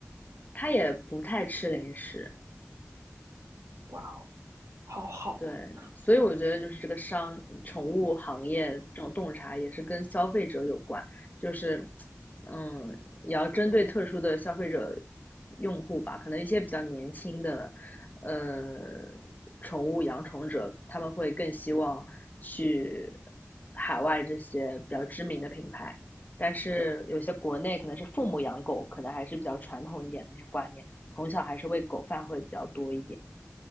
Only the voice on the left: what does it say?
它也不太吃零食。
对，所以我觉得就是这个商宠物行业这种洞察也是跟消费者有关，就是，嗯，也要针对特殊的消费者用户吧，可能一些比较年轻的，呃，宠物养宠者，他们会更希望去海外这些比较知名的品牌，但是有些国内可能是父母养狗，可能还是比较传统一点的那些观念，从小还是喂狗饭会比较多一点。